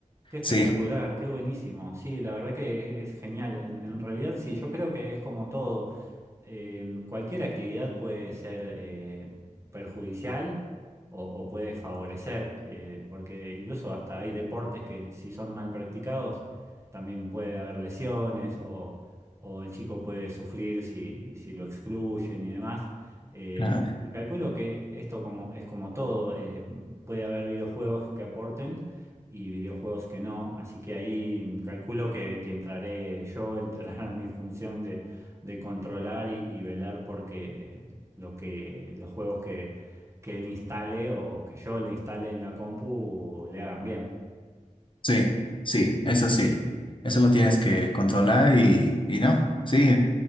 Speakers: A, on the right; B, on the left.
A: Qué espectacular,
B: Sí,
A: qué buenísimo. Sí, la verdad que es, es genial. En, en realidad, sí, yo creo que es como todo. Eh, cualquier actividad puede ser eh, perjudicial o, o puede favorecer, eh, porque incluso hasta hay deportes que si son mal practicados, también puede haber lesiones o, o el chico puede sufrir si, si lo excluyen y demás. Eh,
B: ah,
A: y, y calculo que esto como, es como todo. eh, puede haber videojuegos que aporten y videojuegos que no. Así que ahí calculo que, que entraré yo, <laughs> entrará mi función de, de controlar y, y velar porque lo que, los juegos que, que él instale o, o que yo le instale en la compu le hagan bien.
B: sí, sí, eso sí. Eso lo tienes que controlar y, y no, sí,